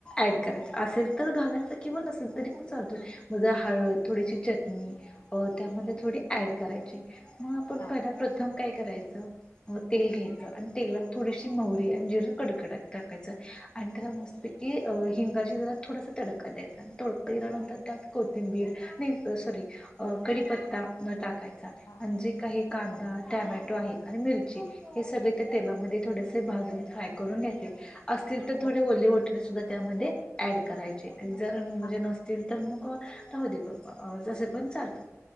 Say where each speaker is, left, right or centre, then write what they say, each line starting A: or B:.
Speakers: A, on the left (about 20°); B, on the left (about 85°).
A: ऍड करायच असेल तर घालायच किंवा नसेल तरी, पण चालतोय म जरा हळद थोडीशी चटणी अ त्यामध्ये
B: हो
A: थोडी ऍड करायची. ठीक आहे. मग आपण
B: हां
A: पहिला प्रथम काय. करायच तेल घ्यायचं आणि तेलात थोडीशी महरी आणि जिरं कडकडत टाकायचं आणि त्याला मस्तपैकी हिंगाची जरात थोडासा तडका द्यायचा आणि तडका दिल्यानंतर त्यात कोथिंबीर आणि सॉरी कडीपत्ता टाकायचा. आणि
B: हां
A: जे काही. कांदा टॅमॅटो आहे आणि मिरची हे सगळे ते तेलामध्ये थोडेसे भाजून फ्राय करून घेते. असतील तर थोडे
B: हो
A: ओले वाटणे सुद्धा त्यामध्ये ऍड करायचे, जर म्हणजे
B: हां
A: नसतील तर मग, राहु दे ब जसे पण चालत.